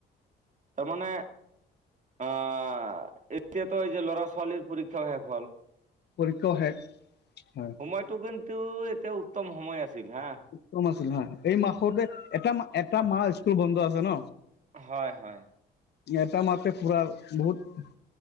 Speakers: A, on the right; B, on the left.
A: তাৰমানে আহ - এতিয়াতো এই যে ল'ৰা ছোৱালীৰ পৰীক্ষাও শেষ হ'ল।
B: পৰীক্ষাও শেষ, হয়
A: সময়টো কিন্তু, এতিয়া উত্তম সময় আছিল হা
B: উত্তম আছিল হয় এই মাহতে এটা মা - এটা মাহ স্কুল বন্ধ আছে ন
A: হয় হয়
B: এটা মাতে ফুৰাৰ বহুত